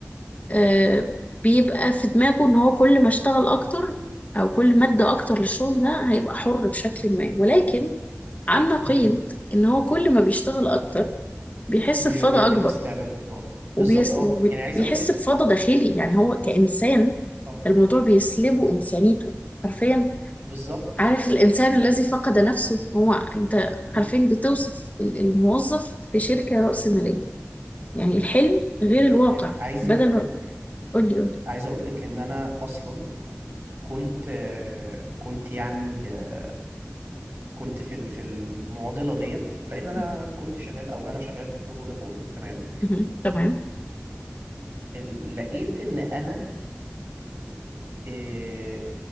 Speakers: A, on the left (about 35°); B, on the right (about 55°).
A: آه، بيبقى في دماغه إن هو كل ما اشتغل أكتر أو كل ما ادى أكتر للشغل ده هيبقى حر بشكل ما ولكن عن نقيض
B: مهم.
A: إن هو كل ما بيشتغل أكتر بيحس
B: بي-
A: بفضا
B: بيتم
A: أكبر
B: استعباده أصلاً.
A: وبيس-
B: بالظبط اه
A: وبيحس
B: يعني عايز اقول لك
A: بفضا داخلي يعني هو كإنسان
B: اه
A: الموضوع بيسلبه إنسانيته حرفيا
B: بالظبط
A: عارف الإنسان الذي فقد نفسه هو أنت
B: مم.
A: عارفين بتوصف ال- الموظف في شركة رأسمالية يعني الحلم غير
B: بالظبط
A: الواقع
B: يعني عايز
A: بدل
B: اقول
A: ما
B: لك
A: قول لي قول لي
B: عايز اقول لك ان انا اصلا كنت آه، كنت يعني آه، كنت في ال- في المعضله ديت لان انا
A: مهم.
B: كنت شغال او انا شغال في فودافون تمام
A: مهم. تمام
B: فلقيت ان انا آه،